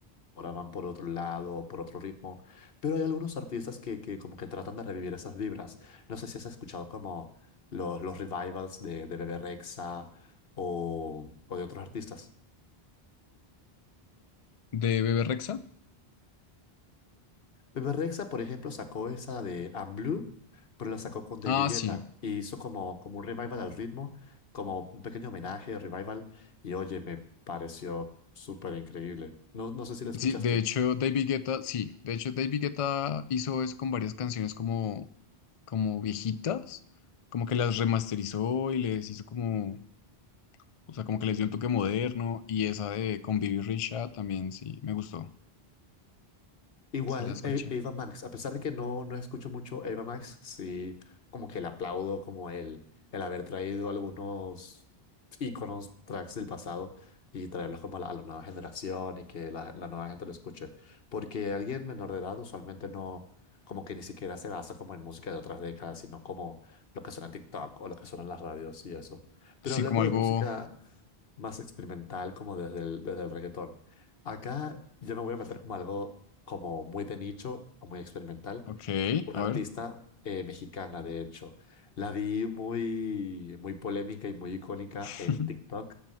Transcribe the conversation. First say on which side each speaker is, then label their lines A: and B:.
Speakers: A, on the left (about 65°); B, on the left (about 50°).
A: ahora van por otro lado o por otro ritmo, pero hay algunos artistas que, que como que tratan de revivir esas vibras. No sé si has escuchado como los, los revivals de, de Bebe Rexha o, o de otros artistas.
B: ¿De Bebe Rexha?
A: Rexa, por ejemplo, sacó esa de I'm Blue, pero la sacó con David
B: Ah,
A: Guetta
B: sí.
A: y hizo como, como un revival al ritmo, como un pequeño homenaje, revival, y oye, me pareció súper increíble. No, no sé si la escuchaste.
B: Sí, de hecho, David Guetta, sí, de hecho, David Guetta hizo eso con varias canciones como, como viejitas, como que las remasterizó y les hizo como O sea, como que les dio un toque moderno y esa de con Bibi Richa también sí me gustó.
A: Igual,
B: Sí la escuché.
A: E- Ava Max, a pesar de que no, no escucho mucho Ava Max, sí, como que le aplaudo como el, el haber traído algunos íconos, tracks del pasado y traerlos como a la, a la nueva generación y que la, la nueva gente lo escuche. Porque alguien menor de edad usualmente no, como que ni siquiera se basa como en música de otras décadas, sino como lo que suena en TikTok o lo que suena en las radios y eso. Pero
B: Sí,
A: hablando
B: como algo.
A: de música más experimental, como desde el, desde el reggaetón, acá yo me voy a meter como algo como muy de nicho o muy experimental.
B: Ok,
A: Una
B: a
A: artista
B: ver.
A: eh, mexicana, de hecho. La vi muy, muy polémica y muy icónica
B: <laughs>
A: en TikTok,